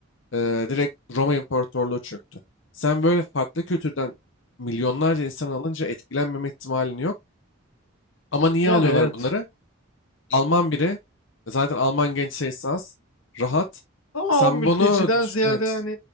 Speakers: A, on the left; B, on the left.
A: e, direkt Roma İmparatorluğu çöktü. Sen böyle farklı kültürden milyonlarca insan alınca etkilenmeme ihtimalin yok. Ama niye
B: Yani
A: alıyorlar
B: evet.
A: bunları? Alman biri, zaten Alman genç sayısı az, rahat.
B: Ama
A: Sen
B: o mülteciden
A: bunu düş-
B: ziyade
A: evet,
B: yani